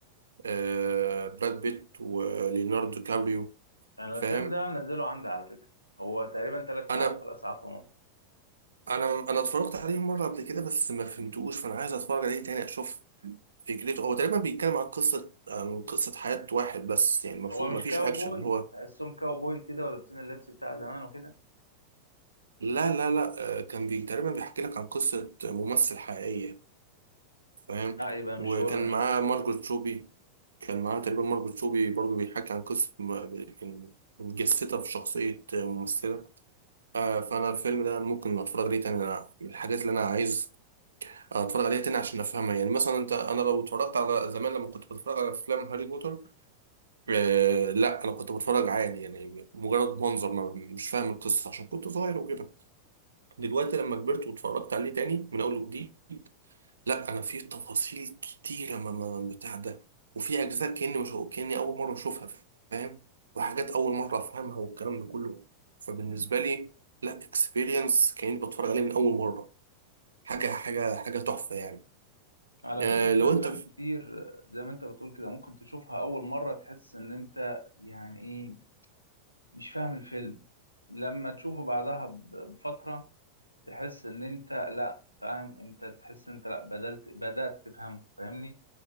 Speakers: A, on the right; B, on the left.
A: آه، براد بيت وليوناردو كابريو
B: أنا
A: فاهم
B: الفيلم ده منزله عندي على فكرة هو تقريبا تلات ساعات
A: انا
B: ثلاث ساعات ونص
A: انا انا اتفرجت عليه مرة قبل كده بس ما فهمتهوش فانا عايز اتفرج عليه تاني اشوف فكرته هو تقريبا بيتكلم عن قصة عن قصة حياة واحد بس يعني مفهوم
B: هو مش
A: مفيش
B: كاوبوي
A: أكشن هو
B: تحسهم كاوبوي كده ولابسين اللبس بتاع زمان وكده
A: لا لا لا آه، كان بي تقريبا بيحكي لك عن قصة ممثل حقيقية فاهم
B: لا يبقى
A: وكان
B: مش هو اللي أنا شفته
A: معاه مارجوت روبي كان معاه تقريبا مارجوت روبي برضو بيحكي عن قصة م- إن- متجسدة في شخصية ممثلة آه، فأنا الفيلم ده ممكن أتفرج عليه تاني أنا من الحاجات اللي أنا عايز أتفرج عليها تاني عشان أفهمها يعني مثلا أنت أنا لو اتفرجت على زمان لما كنت بتفرج على أفلام هاري بوتر آه لا انا كنت بتفرج عادي يعني مجرد منظر ما مش فاهم القصه عشان كنت صغير وكده دلوقتي لما كبرت واتفرجت عليه تاني من اول وجديد لا انا في تفاصيل كتيره ما ما ما- بتاع ده وفي اجزاء كاني مش كاني اول مره اشوفها فاهم وحاجات اول مره افهمها والكلام ده كله فبالنسبه لي لا اكسبيرينس كاني بتفرج عليه من اول مره حاجه حاجه حاجه تحفه يعني
B: على
A: آه
B: فكرة في
A: لو
B: أفلام
A: انت
B: كتير زي ما أنت بتقول كده ممكن تشوفها أول مرة تحس إن أنت يعني إيه مش فاهم الفيلم لما تشوفه بعدها ب- بفترة تحس ان انت لا فاهم انت تحس ان انت لا بدلت بدأت تفهمه فاهمني